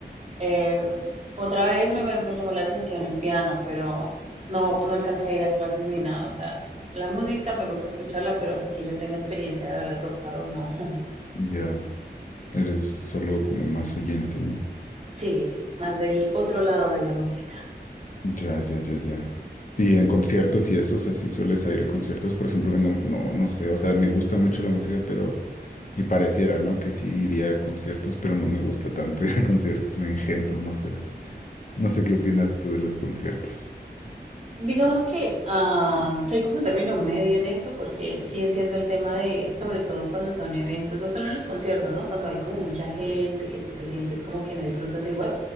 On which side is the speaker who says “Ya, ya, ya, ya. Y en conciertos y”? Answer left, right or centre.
Left